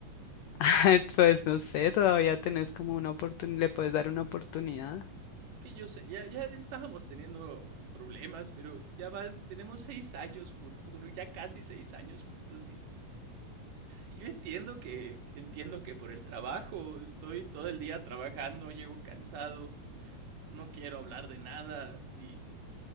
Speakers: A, on the left; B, on the right.
A: <laughs> Pues no sé, todavía tenés como una oportunidad, le puedes dar una oportunidad.
B: Es que yo sé, ya, ya estábamos teniendo problemas, pero ya van, tenemos seis años juntos, bueno, ya casi seis años juntos y, y yo entiendo que, entiendo que por el trabajo estoy todo el día trabajando, llego cansado, no quiero hablar de nada y